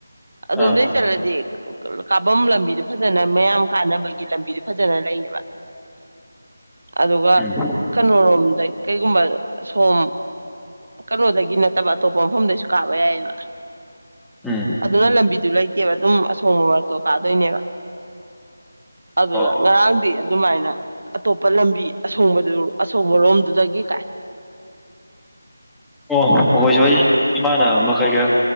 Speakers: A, on the right; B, in the centre.
A: ꯑꯗꯣꯝꯗꯒꯤꯩ
B: ꯑꯥ
A: ꯆꯠꯂꯗꯤ ꯀꯥꯐꯝ ꯂꯝꯕꯤꯗꯣ ꯐꯖꯅ ꯃꯌꯥꯝ ꯀꯥꯟꯅꯕꯒꯤ ꯂꯝꯕꯤꯗ ꯐꯖꯅ ꯂꯩꯌꯦꯕ ꯑꯗꯨꯒ
B: ꯎꯝ
A: ꯀꯩꯅꯣꯔꯣꯝꯗꯩ ꯀꯩꯒꯨꯝꯕ ꯁꯣꯝ ꯀꯜ ꯍꯗꯗꯒꯤ ꯏ ꯅ ꯣ ꯃꯐꯝꯗꯩꯁꯨ ꯀꯥꯕ ꯌꯥꯏꯑꯕ
B: ꯎꯝ
A: ꯑꯗꯨꯅ ꯂꯝꯕꯤꯗꯨ ꯂꯩꯇꯦꯕ ꯑꯗꯨꯝ ꯑꯁꯣꯡꯕ ꯃꯔ ꯇꯣ ꯀꯥꯗꯣꯏꯅꯦꯕ ꯑꯗꯨꯗ
B: ꯑꯣ
A: ꯉꯔꯥꯡꯗꯤ ꯑꯗꯨꯃꯥꯏꯅ ꯑꯇꯣꯞꯄ ꯂꯝꯕꯤ ꯑꯁꯣꯡꯕꯗꯨ ꯑꯁꯣꯡꯕꯔꯣꯝꯗꯨꯗꯒꯤ ꯀꯥꯏ
B: ꯑꯣ ꯑꯩꯈꯣꯏꯁꯨ ꯑꯩ ꯏꯃꯥꯟꯅꯕ ꯃꯈꯩ ꯈꯔ